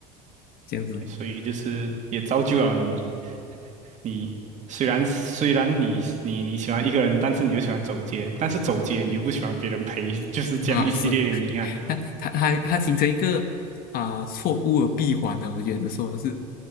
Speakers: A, on the left; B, on the right.
A: 这样子。
B: 所以就是也造就了你，你虽然虽然你你你喜欢一个人，但是你又喜欢走街，但是走街你又不喜欢别人陪，
A: 嗯，
B: 就是这样一系列原因啊。
A: 啊，是，他他他他形成一个啊、错误的闭环呢、我觉得说是，